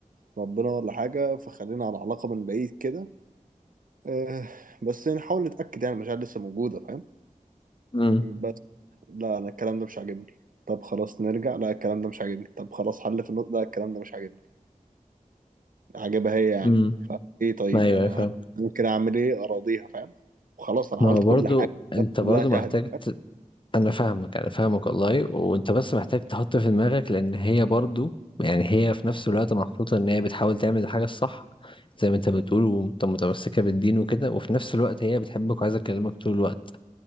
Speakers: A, on the right; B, on the left.
A: ربنا ولا حاجة فخلينا على علاقة من بعيد كده آه، بس نحاول نتأكد يعني المشاعر لسه موجودة فاهم
B: امم
A: بس لا أنا الكلام ده مش عاجبني طب خلاص نرجع لا الكلام ده مش عاجبني طب خلاص حل في النقطة لا الكلام ده مش عاجبني عاجبها هي يعني
B: امم
A: فإيه طيب
B: ايوه
A: يعني
B: أيوة،
A: أنا
B: فاهم
A: ممكن أعمل إيه أراضيها فاهم وخلاص أنا
B: ما
A: عملت
B: هو برضو
A: كل حاجة
B: انت
A: الناس كلها
B: برضو
A: شاهدة
B: محتاج
A: فاهم
B: ت... انا فاهمك انا فاهمك والله وانت بس محتاج تحط في دماغك لان هي برضو يعني هي في نفس الوقت محطوطة ان هي بتحاول تعمل الحاجة الصح زي ما انت بتقول وانت متمسكة بالدين وكده وفي نفس الوقت هي بتحبك وعايزة تكلمك طول الوقت